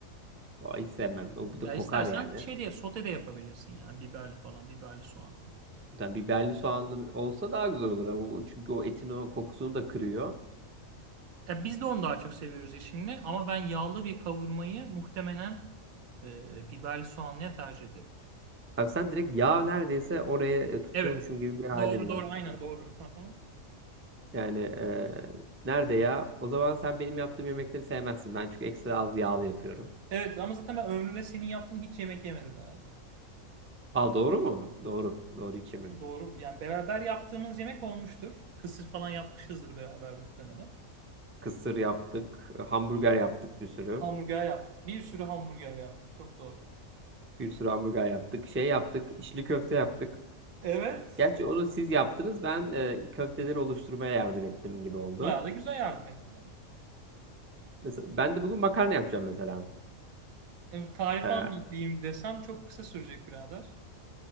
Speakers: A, on the right; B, on the right.
A: O, hiç sevmem. O bir de
B: Ya
A: kokar
B: istersen
A: yani.
B: şey de sote de yapabilirsin yani biberli falan biberli soğanlı.
A: Yani biberli soğanlı olsa daha güzel olur. ama o- çünkü o etin o kokusunu da kırıyor.
B: Ya biz de onu daha çok seviyoruz eşimle ama ben yağlı bir kavurmayı muhtemelen e, biberli soğanlıya tercih ederim.
A: Abi sen direkt yağ neredeyse oraya e, tutuyormuşum
B: Evet.
A: gibi bir halin
B: Doğru doğru
A: var.
B: aynen doğru. Hı hı.
A: Yani e, nerede ya? O zaman sen benim yaptığım yemekleri sevmezsin. Ben çünkü ekstra az yağlı yapıyorum.
B: Evet ama zaten ben ömrümde senin yaptığın hiç yemek yemedim herhalde.
A: Aa doğru mu? Doğru. Doğru içemedim.
B: Doğru. Yani beraber yaptığımız yemek olmuştur. Kısır falan yapmışızdır beraber muhtemelen.
A: Kısır yaptık. e, Hamburger yaptık bir sürü.
B: Hamburger yaptık. Bir sürü hamburger yaptık. Çok doğru.
A: Bir sürü hamburger yaptık. Şey yaptık. içli köfte yaptık.
B: Evet.
A: Gerçi onu siz yaptınız. Ben e, köfteleri oluşturmaya yardım ettim gibi oldu.
B: Bayağı da güzel yardım ettin ama.
A: Mesela ben de bugün makarna yapacağım mesela.
B: E, tarifi
A: E,
B: anlatayım desem çok kısa sürecek birader.